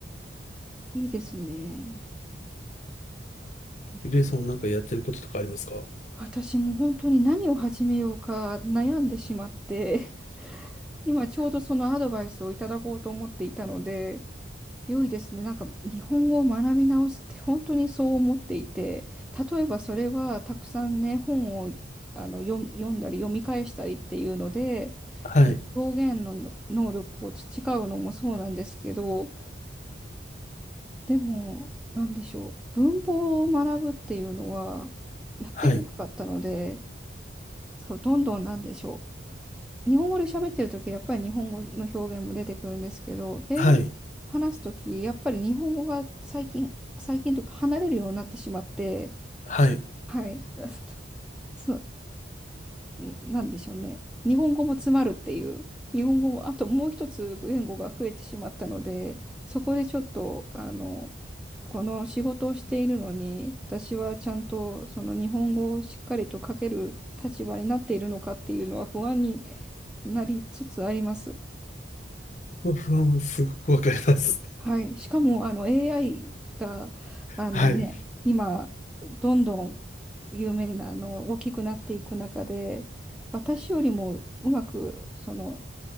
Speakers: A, in the centre; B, on the left.
A: いいですね。リラ
B: ゆりえさんはなんかやってることとかありますか
A: 私も本当に何を始めようか悩んでしまって、<laughs> 今ちょうどそのアドバイスをいただこうと思っていたので、良いですね。なんか日本語を学び直すって本当にそう思っていて、例えばそれはたくさんね、本をあの読読んだり読み返したりっていうので、
B: はい、
A: 表現の能力を培うのもそうなんですけど、でも、なんでしょう。文法を学ぶっていうのは、やってこなかったので、
B: はい、
A: そう、どんどんなんでしょう。日本語で喋ってるとき、やっぱり日本語の表現も出てくるんですけど、英語で話すとき、
B: はい、
A: やっぱり日本語が最近、最近というか離れるようになってしまって、
B: はい。
A: はい。<laughs> そうんなんでしょうね。日本語も詰まるっていう。日本語も、あともう一つ言語が増えてしまったので、そこでちょっと、あの、この仕事をしているのに、私はちゃんとその日本語をしっかりと書ける立場になっているのかっていうのは不安になりつつあります。
B: まあ不安はすごくわかります。
A: はい。しかも、あの、AI が、あのね、
B: <laughs> はい、
A: 今、どんどん有名にな、あの、大きくなっていく中で、私よりもうまくその